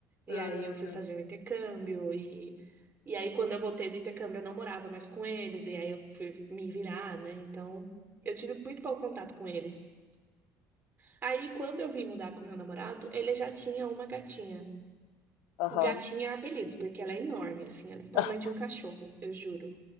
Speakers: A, on the left; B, on the right.
A: Ah,
B: E aí eu fui fazer o intercâmbio e e aí quando eu voltei do intercâmbio eu não morava mais com eles e aí eu fui me virar, né? Então eu tive muito pouco contato com eles. Aí quando eu vim mudar com meu namorado, ele já tinha uma gatinha.
A: Aham.
B: Gatinha é apelido, porque ela é enorme, assim, ela é do tamanho
A: <laughs>
B: de um cachorro,
A: Ah,
B: eu juro.